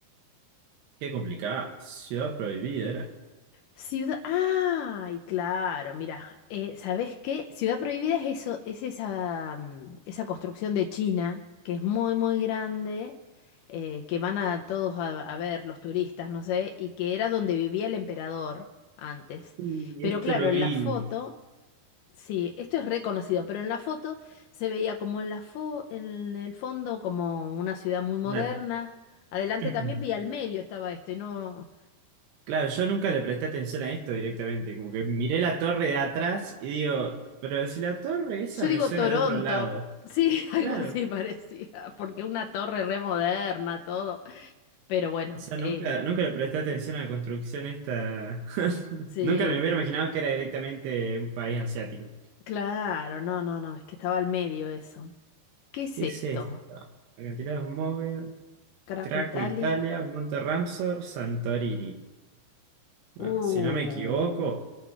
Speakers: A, on the right; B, on the left.
A: Qué complicada. Ciudad prohibida era.
B: Ciudad. ¡Ay, claro! Mira, eh, ¿sabés qué? Ciudad Prohibida es eso, es esa, mm, esa construcción de China que es muy, muy grande, eh, que van a todos a, a ver los turistas, no sé, y que era donde vivía el emperador antes.
A: Y
B: Pero
A: esto
B: claro,
A: lo
B: en
A: vi.
B: la foto, sí, esto es reconocido, pero en la foto se veía como en la fo- en el fondo como una ciudad muy moderna.
A: Una...
B: Adelante
A: <clears throat>
B: también, y al medio estaba esto, y no.
A: Claro, yo nunca le presté atención a esto directamente. Como que miré la torre de atrás y digo, pero si la torre esa
B: Yo digo
A: me suena
B: Toronto.
A: de otro lado.
B: Sí, <laughs> algo
A: Claro.
B: así parecía, porque una torre re moderna, todo. Pero bueno,
A: O sea,
B: eh,
A: nunca, nunca le presté atención a la construcción esta. <laughs>
B: sí,
A: Nunca me hubiera imaginado que era directamente un país asiático.
B: claro, no, no, no, es que estaba al medio eso. ¿Qué es
A: ¿Qué
B: esto?
A: es esta? Cantidad de móvil,
B: Caraco,
A: Craco
B: Italia.
A: Italia, Monte Ramsor, Santorini.
B: Uh.
A: Ah, si no me equivoco,